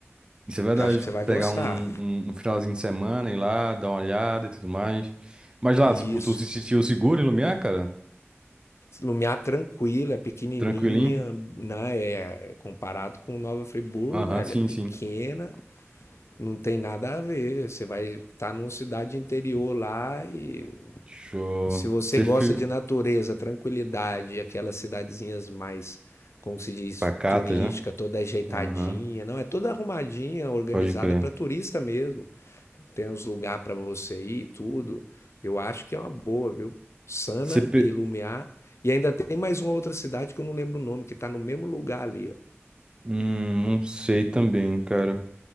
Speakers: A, on the right (about 20°); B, on the left (about 70°).
A: Isso é verdade.
B: Que eu acho que você vai gostar.
A: Pegar um, um, um finalzinho de semana, ir lá, dar uma olhada e tudo mais. Mas lá,
B: Isso.
A: tipo, tu se sentiu seguro em Lumiar, cara?
B: Lumiar tranquila, é pequenininha,
A: Tranquilinho?
B: né? É, comparado com Nova Friburgo,
A: Aham,
B: velho,
A: sim,
B: é pequena
A: sim.
B: Não tem nada a ver. Você vai estar tá numa cidade interior lá e
A: Show.
B: se você
A: Você
B: gosta
A: fi...
B: de natureza, tranquilidade, aquelas cidadezinhas mais, como se diz,
A: Pacatas,
B: turística,
A: né?
B: toda ajeitadinha,
A: Aham,
B: não é toda arrumadinha, organizada
A: pode crer.
B: para turista mesmo. Tem os lugares para você ir, e tudo. Eu acho que é uma boa, viu? Sana
A: Você pe...
B: e Lumiar. E ainda tem mais uma outra cidade que eu não lembro o nome, que está no mesmo lugar ali. Ó.
A: Hum, não sei também, cara.